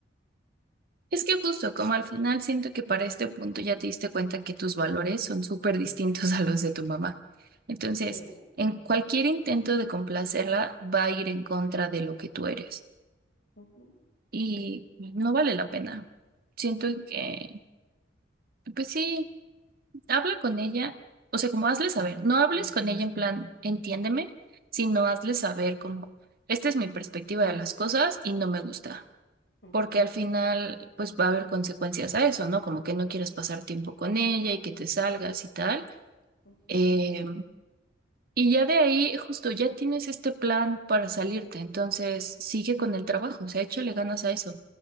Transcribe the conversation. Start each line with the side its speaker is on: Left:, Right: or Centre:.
Right: Es que justo como al final siento que para este punto ya te diste cuenta que tus valores son súper distintos a los de tu mamá. Entonces,
Left: Sí.
Right: en cualquier intento de complacerla va a ir en contra de lo que tú eres
Left: Ujú,
Right: y no vale la pena. Siento
Left: ujú,
Right: que, pues sí, habla con ella, o sea, como hazle saber, no hables con ella en plan, entiéndeme, sino hazle saber como, esta es mi perspectiva de las cosas y no me gusta.
Left: ujú,
Right: porque al final pues va a haber consecuencias a eso, ¿no? Como que no quieras pasar tiempo con ella y que te salgas y tal.
Left: ujú,
Right: Eh, y ya de ahí, justo, ya tienes este plan para salirte, entonces sigue con el trabajo, o sea, échale ganas a eso,